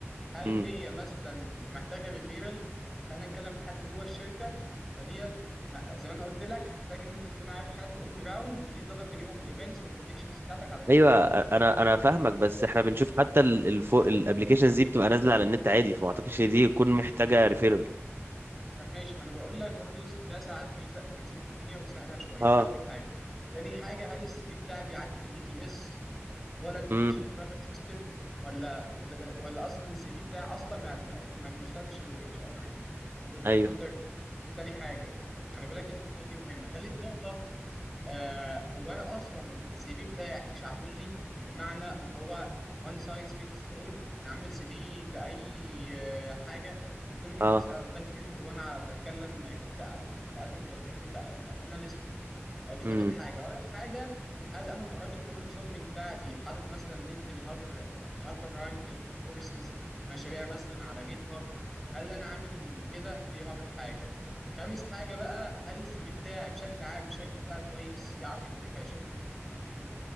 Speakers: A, in the centre; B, on the right.
A: هل
B: امم
A: هي مثلا بتبقى محتاجه ريفيرال فاحنا نتكلم حد جوه الشركه فديت ما- زي ما انا قلت لك هتحتاج ان انت تكون عارف حد اون جراوند ودي تقدر تجيبها من الايفنتس والكونكشنز بتاعتك على لينكد
B: ايوه آه،
A: ان
B: انا انا فاهمك بس احنا بنشوف حتى الابلكيشنز دي بتبقى نازله على النت عادي فما اعتقدش إن دي تكون محتاجه ريفيرال
A: طب ماشي ما انا بقول لك برضو ده ساعات بيزق بيزق الدنيا وسهلها شويه
B: اه
A: ده اول حاجه تاني حاجه هل السي في بتاعي بيعدي من الاي تي اس اللي هو الابلكيشن
B: امم
A: تراكر سيستم ولا ولا ولا اصلا السي في بتاعي اصلا ما, ما ما بيوصلش للاتش ار او الريكروتر
B: ايوه
A: دي تاني حاجه خلي بالك النقطه دي مهمه تالت نقطه آه هو انا اصلا السي في بتاعي شعبولي بمعنى ان هو وان سايز فيتس اول انا عامل سي في لاي آه، حاجه انترن
B: اه
A: بتسال على الباك اند وانا بتكلم كداتا بقدم كانترن داتا اناليست دي تالت
B: امم
A: حاجه رابع حاجه هل انا مهارات البروبلم سولفنج بتاعتي حاطط مثلا لينك الهاكر الهاكر رانك الكود فورسز مشاريع مثلا على جيت هاب هل انا عامل كده دي رابع حاجه خامس حاجه بقى هل السي في بتاعي بشكل عام شكله بقى كويس يعرف يتقري في 20 30 ثانيه